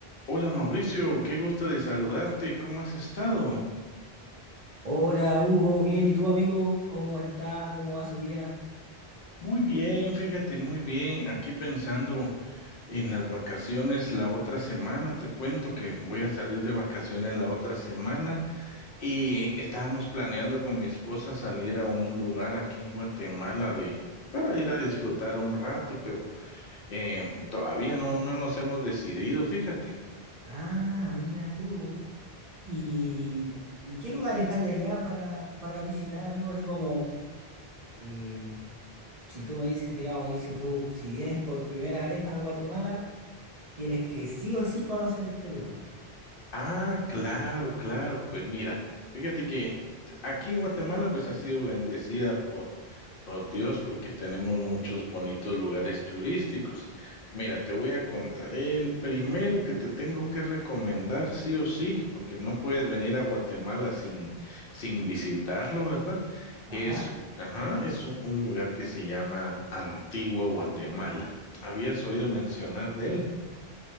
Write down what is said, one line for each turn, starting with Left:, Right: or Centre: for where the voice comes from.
Left: Hola Mauricio, qué gusto de saludarte. ¿Cómo has estado?
Right: Hola Hugo, bien, ¿y tú amigo? ¿Cómo está? ¿Cómo va su día?
Left: Muy bien, fíjate, muy bien. Aquí pensando en las vacaciones la otra semana. Te cuento que voy a salir de vacaciones la otra semana y estábamos planeando con mi esposa salir a un lugar aquí en Guatemala de para ir a disfrutar un rato, pero eh, todavía no, no nos hemos decidido, fíjate.
Right: Ah, mira tú. ¿Y, y qué lugares hay allá para, para visitar, amigo? Así como, eh, si tú me dices, mira Mauricio, tú si vienes por primera vez a Guatemala, tienes que sí o sí conocer este lugar.
Left: Ah, claro, claro. Pues mira, fíjate que t- aquí en Guatemala pues ha sido bendecida por, por Dios porque tenemos muchos bonitos lugares turísticos. Mira, te voy a contar el primero que te tengo que recomendar sí o sí, porque no puedes venir a Guatemala sin, sin visitarlo, ¿verdad?
Right: Ajá.
Left: Es, ajá, es un un lugar que se llama Antigua Guatemala. ¿Habías oído mencionar de él?